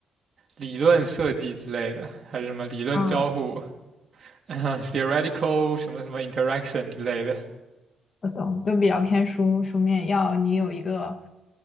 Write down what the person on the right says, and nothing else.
理论设计之类的，还是什么理论交互，
<laughs> 啊 theoretical 什么什么 interaction 之类的。